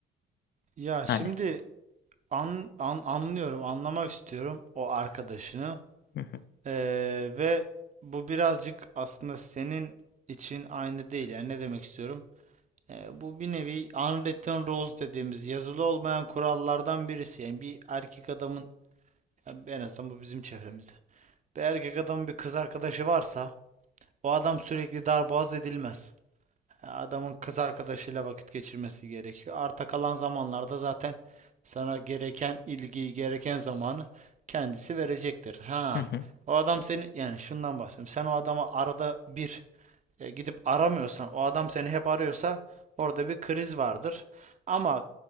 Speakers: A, on the right; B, on the left.
A: Ya şimdi
B: Hani.
A: an, an, anlıyorum, anlamak istiyorum o arkadaşını.
B: Hı hı,
A: Ee, ve bu birazcık aslında senin için aynı değil. Yani ne demek istiyorum? Ee, bu bir nevi unwritten rules dediğimiz yazılı olmayan kurallardan birisi. Yani bir erkek adamın yani en azından bu bizim çevremizde. Bir erkek adamın bir kız arkadaşı varsa o adam sürekli darboğaz edilmez. Adamın kız arkadaşıyla vakit geçirmesi gerekiyor. Arta kalan zamanlarda zaten sana gereken ilgiyi, gereken zamanı kendisi verecektir. Ha,
B: hı hı,
A: o adam seni yani şundan bahsediyorum. Sen o adama arada bir e, gidip aramıyorsan, o adam seni hep arıyorsa orada bir kriz vardır. Ama